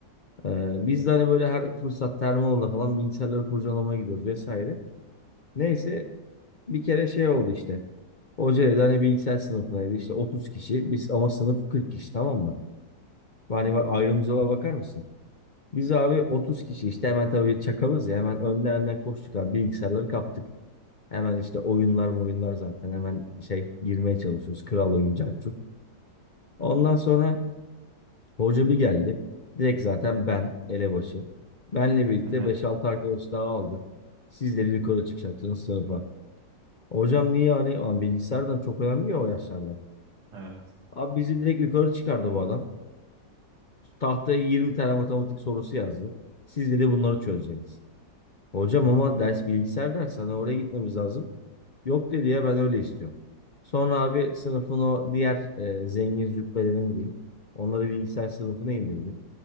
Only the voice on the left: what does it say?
Ee, biz de hani böyle her fırsatta her falan bilgisayarları kurcalamaya gidiyoruz vesaire. Neyse bir kere şey oldu işte. Hoca dedi hani bilgisayar sınıfına dedi işte 30 kişi. Biz ama sınıf 40 kişi tamam mı? Yani
ayrımcılığa bakar mısın? Biz abi 30 kişi işte hemen tabii çakalız ya hemen önden önden koştuk abi bilgisayarları kaptık. Hemen işte oyunlar oyunlar zaten hemen şey girmeye çalışıyoruz. Kral oyuncu Arthur. Ondan sonra hoca bir geldi. Direkt zaten ben elebaşı. Benle birlikte
beş 6 arkadaş daha aldı. Siz de yukarı çıkacaksınız sınıfa. Hocam niye hani Ulan bilgisayardan çok önemli ya o yaşlarda.
Abi bizi direkt yukarı çıkardı bu adam. Tahtaya 20 tane matematik sorusu yazdı. Siz de bunları çözeceksiniz. Hocam ama ders bilgisayar dersi hani oraya gitmemiz lazım. Yok dedi ya ben öyle istiyorum. Sonra abi sınıfın o diğer e, zengin züppelerini diyeyim. Onları bilgisayar sınıfına indirdi.